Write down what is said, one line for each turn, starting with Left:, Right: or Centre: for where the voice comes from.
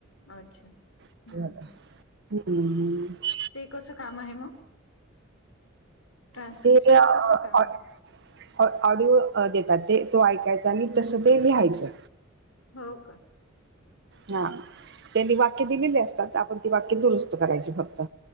Left: अच्छा. हम्म
Right: <unintelligible>
Left: हम्म. ते कसं काम आहे मगं? ट्रान्स्क्रिप्शनचं
Right: ते अ
Left: कसं काम
Right: ट
Left: आहे?
Right: ऑडि ऑडिओ देतात ते तो ऐकायचा आणि तसं ते लिहायचं.
Left: हो का?
Right: हा त्यांनी वाक्य दिलेली असतात आपण ती वाक्य दुरुस्त करायची फक्त.